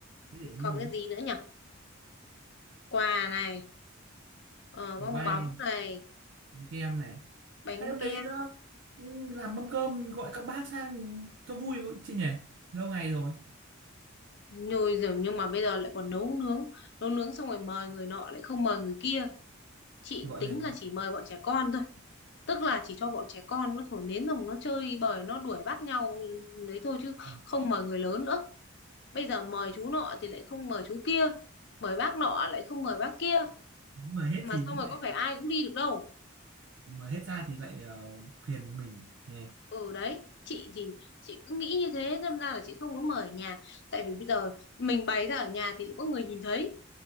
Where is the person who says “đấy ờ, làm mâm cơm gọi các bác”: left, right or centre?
Right